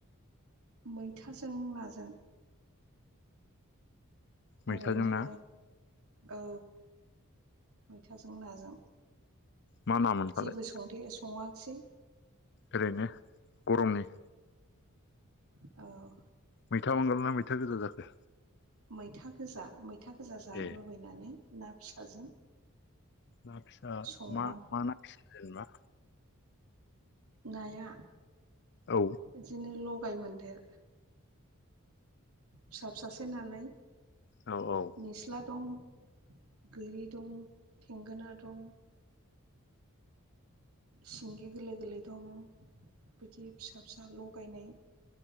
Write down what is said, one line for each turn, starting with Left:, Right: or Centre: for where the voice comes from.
Right: मैथाजों नाजों
Left: मैथाजों
Right: ओरैनो
Left: ना
Right: औ मैथाजों नाजों
Left: मा नामोनफालाय
Right: जेबो संदे सङाखसै
Left: ओरैनो गरमनि
Right: औ
Left: मैथा बांगाल ना मैथा गोजा जाखो?
Right: मैथा गोजा मैथा गोजा जानो
Left: ए
Right: लुबैनानै ना फिसाजों
Left: ना फिसा
Right: संदां
Left: मा मा ना फिसा जेनेबा?
Right: नाया
Left: औ
Right: बिदिनो लगाय मोनदेर फिसा फिसासो नालाय
Left: औ औ
Right: निस्ला दं गोरि दं थेंगोना दं सिंगि गोरलै गोरलै दं बिदि फिसा फिसा लगायनाय